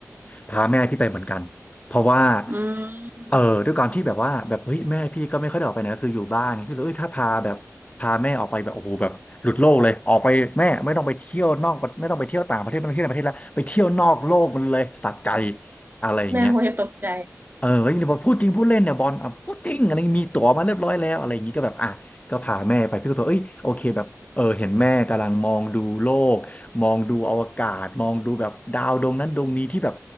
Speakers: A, on the left (about 25°); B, on the right (about 35°).
A: พาแม่พี่ไปเหมือนกันเพราะว่า
B: <laughs> อืม
A: เออด้วยการที่แบบว่าแบบเฮ้ยแม่พี่ก็ไม่ค่อยได้ออกไปไหนก็คืออยู่บ้านพี่เลยเอ้ยถ้าพาแบบพาแม่ออกไปแบบโอ้โหแบบหลุดโลกเลยออกไปแม่ไม่ต้องไปเที่ยวนอกประไม่ต้องไปเที่ยวต่างประเทศไม่ต้องไปเที่ยวในประเทศแล้วไปเที่ยวนอกโลกมันเลยสะใจอะไรอย่างเงี้ย
B: แม่คงจะตกใจ
A: เออก็ยังบอกพูดจริงพูดเล่นเนี่ยบอลอ่ะพูดจริงอะไรอย่างงี้มีตั๋วมาเรียบร้อยแล้วอะไรอย่างงี้ก็แบบอ่ะก็พาแม่ไปพี่ก็บอกเอ้ยโอเคแบบเออเห็นแม่กำลังมองดูโลกมองดูอวกาศมองดูแบบดาวดวงนั้นดวงนี้ที่แบบ